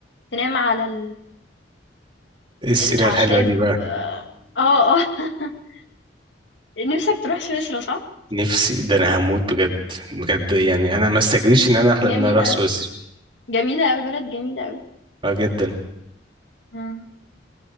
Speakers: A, on the left; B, on the right.
A: تنام على ال
B: إيه السيرة
A: الأعشاب
B: الحلوة دي
A: آه، آه، <laughs> نِفْسك تروح سويسرا صح؟
B: نفسي ده انا هموت بجد بجد يعني انا ما استجريش ان انا احلم
A: جميلة
B: ان انا اروح سويسرا
A: جميلة أوي بلد جميلة أوي
B: آه جدا
A: مم.